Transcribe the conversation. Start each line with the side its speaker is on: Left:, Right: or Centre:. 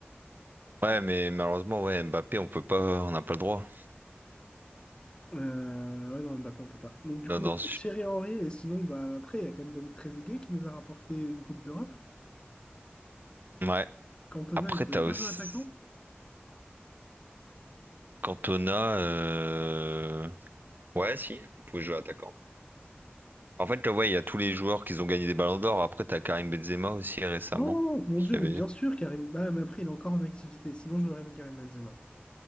Right: ouais, mais malheureusement, ouais, Mbappé, on peut pas, on n'a pas le droit.
Left: Euh, ouais, non, Mbappé, on peut pas. Donc, du
Right: Là,
Left: coup,
Right: dedans
Left: moi, je mets Thierry Henry, et sinon, bah, après, il y a quand même David Trezeguet qui nous a rapporté une Coupe d'Europe.
Right: Ouais.
Left: Cantona,
Right: Après,
Left: il pouvait
Right: t'as
Left: pas
Right: aussi.
Left: jouer attaquant.
Right: Cantona, euh, ouais, si, il pouvait jouer attaquant. En fait, là, ouais, il y a tous les joueurs qui ont gagné des ballons d'or. Après, t'as Karim Benzema aussi récemment,
Left: Oh mon
Right: qui
Left: Dieu,
Right: avait.
Left: mais bien sûr, Karim. Bah, mais après, il est encore en activité. Sinon, je l'aurais mis Karim Benzema.